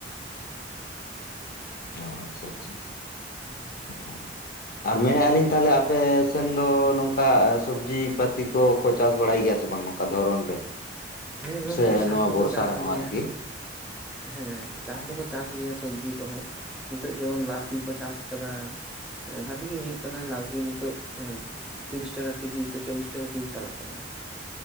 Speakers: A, on the left; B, in the centre.
A: ᱚ ᱟᱪᱪᱷᱟ ᱟᱪᱪᱷᱟ᱾
B: ᱦᱮᱸ
A: <inaudible> ᱟᱨ ᱢᱮᱱ ᱮᱫᱼᱟ ᱞᱤᱧ ᱛᱟᱦᱚᱞᱮ ᱟᱯᱮ ᱥᱮᱱ ᱫᱚ, ᱱᱚᱝᱠᱟ ᱥᱚᱵᱡᱤ ᱯᱟᱹᱛᱤ ᱠᱚᱠᱚ ᱪᱟᱥ ᱵᱟᱲᱟᱭ ᱜᱮᱭᱟ ᱥᱮ ᱵᱟᱝ᱾ ᱚᱠᱟ ᱫᱷᱚᱨᱚᱱ ᱨᱮ᱾
B: ᱦᱮᱸ ᱜᱚᱝᱠᱮ,
A: ᱥᱮ
B: ᱪᱟᱥ
A: ᱱᱚᱣᱟ
B: ᱫᱚᱠᱚ
A: ᱵᱚᱨᱥᱟ
B: ᱪᱟᱥ
A: ᱨᱮᱦᱚᱸ
B: ᱜᱮᱭᱟ᱾
A: ᱟᱨᱠᱤ
B: ᱦᱮᱸ, ᱪᱟᱥ
A: ᱚ
B: ᱫᱚᱠᱚ ᱪᱟᱥ
A: ᱟᱪᱪᱷᱟ
B: ᱜᱮᱭᱟ ᱥᱚᱵᱡᱤ ᱠᱚᱦᱚᱸ᱾ ᱱᱤᱛᱚᱜ ᱡᱮᱢᱚᱱ ᱞᱟᱹᱣᱠᱤ ᱠᱚ ᱪᱟᱥ ᱠᱟᱫᱟ ᱾ ᱵᱷᱟᱞᱤ ᱜᱮ ᱦᱳᱭᱳᱜ ᱠᱟᱱᱟ ᱞᱟᱹᱣᱠᱤ ᱱᱤᱛᱚᱜ ᱛᱤᱨᱤᱥ ᱴᱟᱠᱟ ᱠᱮᱡᱤ ᱥᱮ ᱪᱚᱞᱞᱤᱥ ᱴᱟᱠᱟ ᱠᱮᱡᱤ ᱪᱟᱞᱟᱜ ᱠᱟᱱᱟ᱾